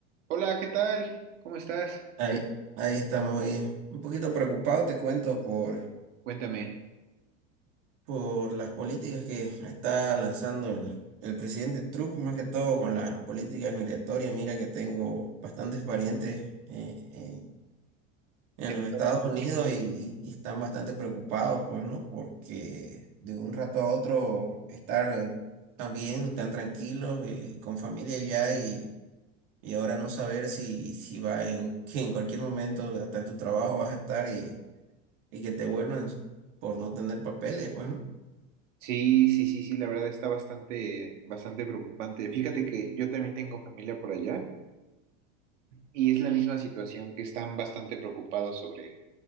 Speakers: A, on the right; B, on the right.
A: Hola, ¿qué tal? ¿Cómo estás?
B: Ahí, ahí estamos, oye. Un poquito preocupado, te cuento, por,
A: Cuéntame.
B: por las políticas que está lanzando el, el presidente Trump, más que todo con las políticas migratorias. Mira que tengo bastantes parientes eh, eh, en
A: ¿en
B: los Estados
A: bien?
B: Unidos y, y- y están bastante preocupados, pues, ¿no? Porque de un rato a otro estar tan bien, tan tranquilos, eh, con familia ya y, y ahora no saber si, si va en, <laughs> que en cualquier momento, hasta en tu trabajo vas a estar y y que te vuelvan por no tener papeles, bueno,
A: Sí, sí, sí, sí, la verdad está bastante, bastante preocupante. Fíjate que yo también tengo familia por allá y es la misma situación, que están bastante preocupados sobre,